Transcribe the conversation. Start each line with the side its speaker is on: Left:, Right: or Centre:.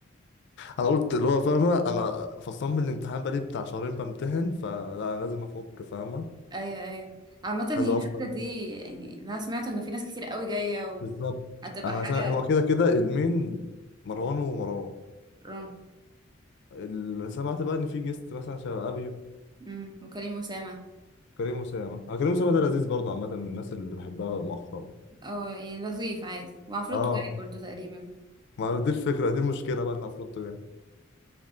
Left: انا قلت اللي هو فاهمه انا فصلان من الامتحان بقالي بتاع شهرين بمتحن فلا انا لازم افك فاهمه
Right: ايوه ايوه عامة
Left: لازم
Right: هي الحتة
Left: افصل
Right: دي يعني انا سمعت ان في ناس كتير قوي جاية
Left: بالظبط
Right: وهتبقى
Left: انا
Right: حاجة
Left: سمع... هو كده كده المين مروان ومروان
Right: روم
Left: ال- سمعت بقى ان في جيست مثلا شبه ابيو
Right: امم وكريم أسامة
Left: كريم اسامه آه، كريم اسامه ده لذيذ برضه عامه من الناس اللي بحبها مؤخرا
Right: اه يعني لطيف عادي وعفروتو
Left: اه
Right: جاي برضو تقريبا
Left: ما دي الفكره دي مشكله بقى ان عفروتو يعني